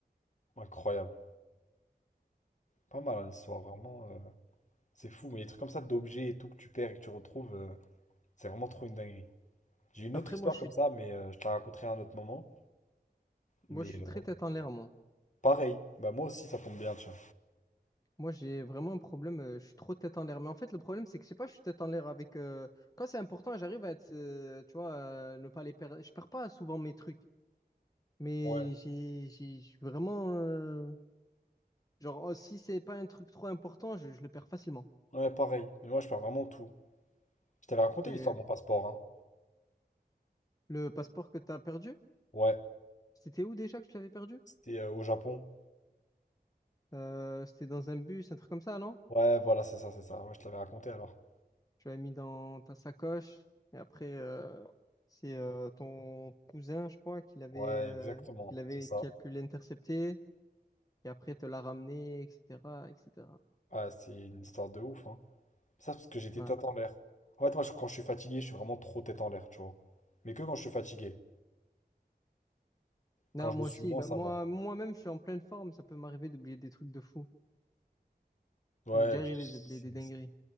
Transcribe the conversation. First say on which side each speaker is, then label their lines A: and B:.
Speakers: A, on the left; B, on the left.
A: Incroyable. Pas mal hein, l'histoire, vraiment. euh, C'est fou, mais les trucs comme ça d'objets et tout que tu perds et que tu retrouves. euh, C'est vraiment trop une dinguerie. J'ai une
B: Après,
A: autre histoire
B: moi, je
A: comme
B: suis,
A: ça, mais euh, je te la raconterai à un autre moment. Mais
B: moi, je suis très
A: euh,
B: tête en l'air, moi.
A: pareil, bah moi aussi ça tombe bien, tiens.
B: Moi, j'ai vraiment un problème, euh, je suis trop tête en l'air. Mais en fait, le problème, c'est que je sais pas, je suis tête en l'air avec. euh, Quand c'est important, j'arrive à être, euh, tu vois, euh, ne pas les perdre. Je perds pas souvent mes trucs. Mais
A: Ouais,
B: j'ai, j'ai, je suis vraiment, euh, genre, oh, si c'est pas un truc trop important, je, je le perds facilement.
A: ouais, pareil. Mais moi je perds vraiment tout. Je t'avais raconté
B: C'est
A: l'histoire de mon passeport, hein.
B: le passeport que t'as perdu?
A: Ouais,
B: C'était où déjà que tu l'avais perdu?
A: c'était euh, au Japon.
B: Euh, c'était dans un bus, un truc comme ça, non?
A: Ouais, voilà, c'est ça, c'est ça. Ouais, je te l'avais raconté alors.
B: Tu l'avais mis dans ta sacoche. Et après, euh, c'est euh, ton cousin, je crois, qui l'avait,
A: Ouais,
B: euh,
A: exactement,
B: qui l'avait,
A: c'est ça.
B: qui a pu l'intercepter. Et après, te l'a ramené, etc., etc.
A: Ouais, c'est une histoire de ouf, hein. Ça, c'est parce que j'étais
B: Ouais.
A: tête en l'air. En fait, moi, je- quand je suis fatigué, je suis vraiment trop tête en l'air, tu vois. Mais que quand je suis fatigué.
B: Non,
A: Quand je
B: moi
A: le suis
B: aussi.
A: moins,
B: Bah,
A: ça
B: moi,
A: va.
B: moi-même, je suis en pleine forme. Ça peut m'arriver d'oublier des trucs de fou.
A: Ouais,
B: Il m'est déjà arrivé
A: pff, c'est
B: d'oublier des dingueries.